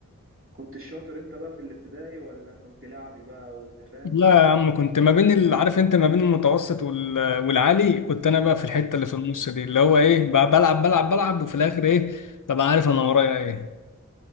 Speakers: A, on the right; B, on the left.
A: كنت الشاطر انت بقى في الابتدائي ولا كنت لعبي بقى وانت فاهم
B: لا يا عم كنت ما بين ال... عارف انت ما بين المتوسط وال... والعالي كنت انا بقى في الحتة اللي في النص دي اللي هو ايه بقى بلعب بلعب بلعب وفي الاخر ايه ببقى عارف انا ورايا ايه